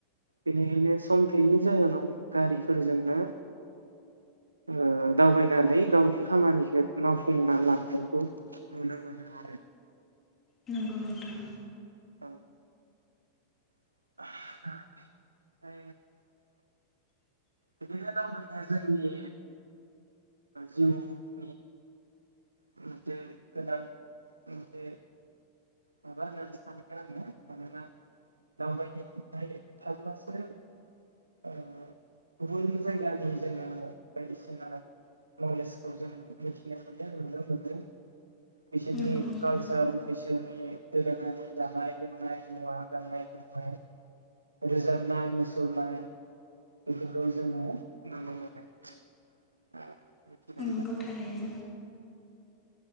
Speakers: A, on the right (about 80°); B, on the left (about 20°).
A: बेनिखायनो सम थैनि जाहोनाव गारिफोरजोंनो ओ दावबायनानै गावनि खामानिखौ मावफुंना लांनायखौ नुनो मोनो आरो
B: नोंगौ नोंथां।
A: औ <inaudible> बिदिनो दावबाय नाया जोंनि जिउनि मोनसे गोनां मोनसे माबा होननानै सानो आङो मानोना दावबायनाय थाब्लासो गुबुन जायगानि जोङो बायदिसिना नलेजखौ जोङो मिथिनो मोनो नुनो मोनो। बिसोरनि
B: नंगौ नोंथां
A: कालसार बिसि दोरोङारि जानाय लोंनाय मुवा गान्नाय जोमनाय रोजाबनाय मुसुरनाय बेफोरखौ जोङो नुनोनो मोनो। मिथिनाय
B: नोंगौ
A: मोनो
B: थारैनो